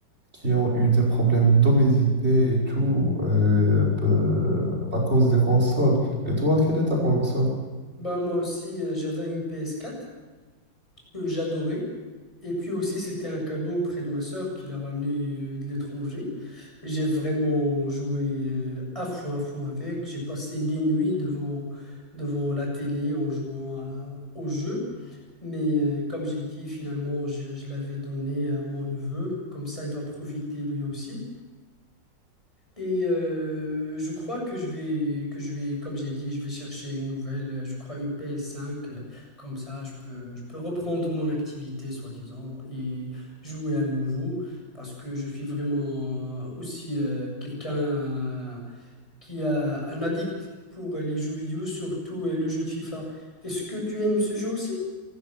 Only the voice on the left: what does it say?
Bah moi aussi, euh, j'avais une PS4. que j'adorais. Et puis aussi, c'était un cadeau auprès de ma sœur qui l'a ramené euh, de l'étranger. J'ai vraiment joué euh, à fond, à fond avec. J'ai passé des nuits devant, devant la télé en jouant à- au jeu. Mais euh, comme j'ai dit, finalement, je, je l'avais donné à mon neveu. Comme ça, il va profiter lui aussi. Et euh, je crois que je vais, que je vais, comme j'ai dit, je vais chercher une nouvelle, euh, je crois une PS5, euh, comme ça je peux, je peux reprendre mon activité, soi-disant, et jouer à nouveau, parce que je suis vraiment aussi euh, quelqu'un euh, qui a un addict pour les jeux vidéo, surtout euh, le jeu de FIFA. Est-ce que tu aimes ce jeu aussi?